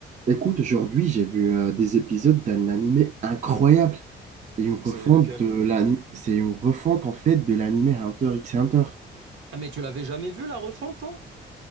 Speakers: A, on the right (about 40°); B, on the right (about 70°).
A: Écoute, aujourd'hui, j'ai vu euh, des épisodes d'un animé incroyable. Et une refonte
B: C'est lequel?
A: de l'ani- c'est une refonte en fait de l'animé Hunter x Hunter.
B: Ah, mais tu l'avais jamais vu la refonte, toi?